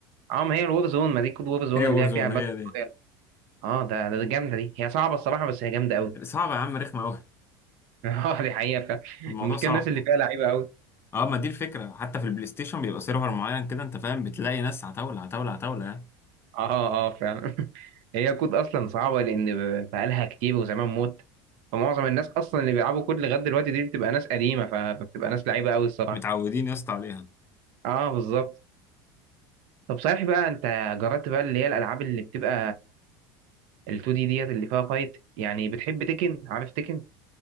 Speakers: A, on the right; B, on the left.
A: اه ما هي الوور زون ما دي كود وور زون
B: هي
A: اللي
B: وور
A: هي فيها
B: زون
A: باتل
B: هي دي
A: رويال. اه ده ده جامده دي هي صعبه الصراحه بس هي جامده قوي
B: صعبه يا عم رخمه قوي
A: <laughs> اه دي حقيقه فعلا
B: الموضوع
A: المشكله
B: صعب
A: الناس اللي فيها لعيبه قوي
B: اه ما دي الفكره حتى في البلاي ستيشن بيبقى سيرفر معين كده انت فاهم بتلاقي ناس عتاوله عتاوله عتاوله يعني
A: اه اه فعلا <laughs> هي كود اصلا صعبه لان ب- بقالها كتير وزمان موت فمعظم الناس اصلا اللي بيلعبوا كود لغايه دلوقتي دي بتبقى ناس قديمه ف- فبتبقى ناس لعيبه قوي الصراحه
B: متعودين يا اسطى عليها
A: اه بالظبط طب صحيح بقى انت جربت بقى اللي هي الالعاب اللي بتبقى ال 2 دي ديت اللي فيها فايت يعني بتحب تكن عارف تكن